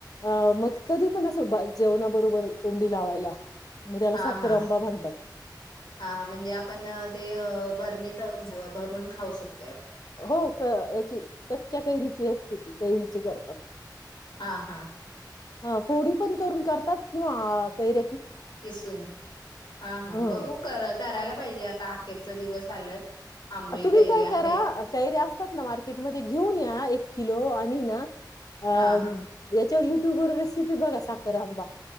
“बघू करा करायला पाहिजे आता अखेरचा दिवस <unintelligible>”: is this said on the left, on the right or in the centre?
Left